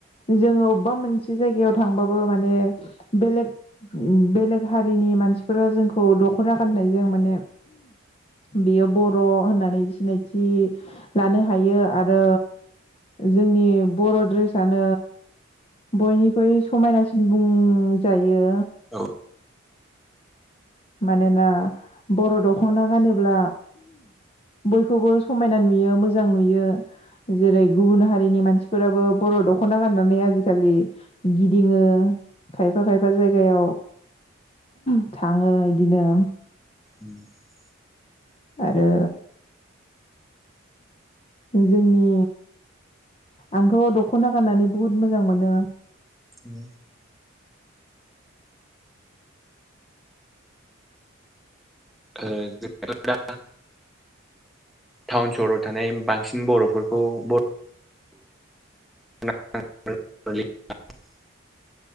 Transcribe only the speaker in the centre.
औ
<inaudible>
औ ओ जोंथ दा टाउन सहराव थानाय बांसिन बर'फोरखौ बर <unintelligible>